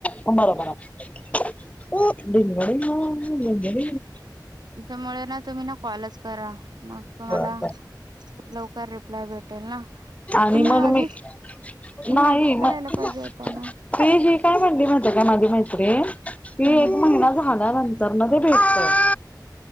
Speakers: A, on the left; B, on the right.
A: म बरबर <unintelligible>
B: त्याच्यामुळे ना, तुम्ही ना, कॉलच करा, मग तुम्हाला
A: बर बर
B: लवकर रिप्लाय भेट भेटल ना,
A: आणि
B: तुम्ही
A: मग
B: आधीच,
A: मी
B: तुम्ही
A: नाही
B: आधीच
A: मग
B: करायला पाहिजे होत ना.
A: ती ही काय म्हणली, माहिती काय माझी मैत्रीन, ती
B: हम्म.
A: एक महिना झा नंतर ना ते भेटत.